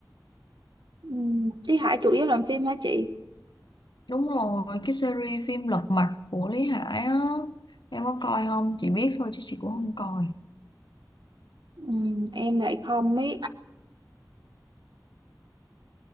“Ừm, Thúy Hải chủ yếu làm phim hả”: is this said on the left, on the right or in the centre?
Right